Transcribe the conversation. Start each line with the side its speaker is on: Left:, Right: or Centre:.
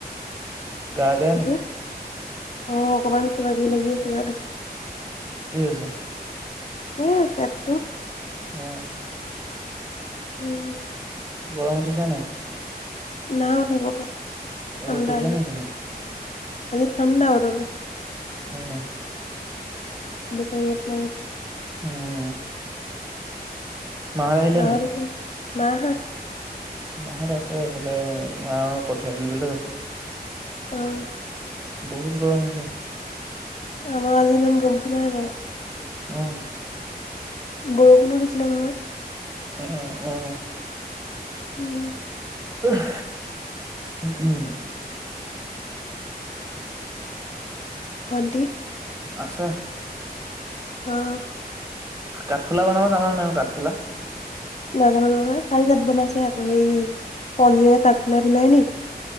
Right: গা বেয়া
Left: কিটো
Right: নি?
Left: অ' অকমান কিবা কিবি লাগি আছে গাটো।
Right: কি হৈছে।
Left: উম, পেটটো
Right: উম।
Left: উম,
Right: গৰম উঠিছে নাই।
Left: ন উঠা বকে, ঠাণ্ডা
Right: ৰ'দ দিছে
Left: আজি,
Right: নি সেইফালে?
Left: আজি ঠাণ্ডা বতৰটো।
Right: উম।
Left: দোকানত নাই।
Right: উম। মাহঁত আহিলে
Left: মাহত
Right: নাই?
Left: আহিল, নাই অহা।
Right: মাহত আছে, এইফালে মা কঠীয়া তুলিবলৈ গৈছে।
Left: অ'
Right: বহুত গৰম হৈছে।
Left: আমাৰ আজি ইমান গৰমটো নাই বাৰু।
Right: অহ'
Left: বৰষুণৰ নিচিনা নহয়।
Right: উম, উম।
Left: উম।
Right: উশ, উম, উম।
Left: ভন্টি
Right: আছে
Left: অ'
Right: কাঠফুলা বনাব জান নাই আৰু কাঠফুলা।
Left: নাজানো নহয়, কালি তাত বনাইছে আকৌ সেই পনীৰে কাঠফুলাই বনাই নেকি।